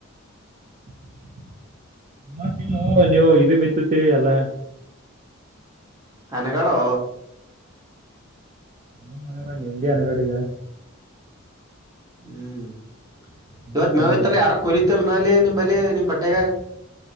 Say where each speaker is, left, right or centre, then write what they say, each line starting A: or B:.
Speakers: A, on the right (about 35°); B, on the right (about 15°).
A: <unintelligible> ನೀವು ಇದು ಬಿತ್ತತ್ತೀರಿ ಅಲ್ಲ
B: ಅನಗಾಡೋ
A: ಇನ್ <unintelligible> ಹನಗಾ ನಿಮ್ದಿ ಅನಗಡೆ ಈಗ
B: ಹ್ಮ್ ಇವತ್
A: ನೀರ್ ಚಂದ
B: ಮೇವತ್ತಲ್ಲ
A: ನೋಡ್ರಿ
B: ಯಾರೊ ಕೊರಿತಾರಲ ಅಲ್ಲಿ ನಿಮ ಅಲಿ ನಿಮ್ ಪಟ್ಟ್ಯಗ